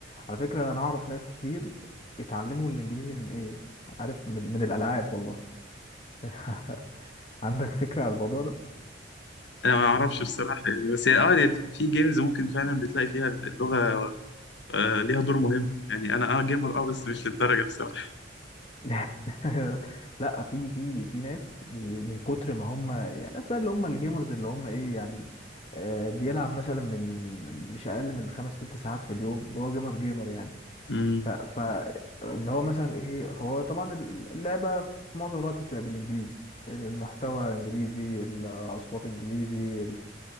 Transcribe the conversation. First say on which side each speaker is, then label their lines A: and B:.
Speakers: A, on the left; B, on the left.
A: على فكره انا اعرف ناس كتير اتعلموا الانجليزي من ايه عارف من من الالعاب والله <laughs> عندك فكره عن الموضوع ده
B: انا ما اعرفش بصراحه يعني بس هي اه هي في جيمز ممكن فعلا بتلاقي فيها اللغه آه ليها دور مهم يعني انا اه جيمر اه بس مش للدرجه بصراحه
A: <laughs> لا في في في ناس بي- من كتر ما هم يعني الناس بقى اللي هم الجيمرز اللي هم ايه يعني آه، بيلعب مثلا من مش اقل من خمس ست ساعات في اليوم اللي هو جيمر جيمر يعني
B: امم
A: ف ف اللي هو مثلا ايه هو طبعا اللعبه في معظم الوقت بتبقى بالانجليزي المحتوى انجليزي الاصوات انجليزي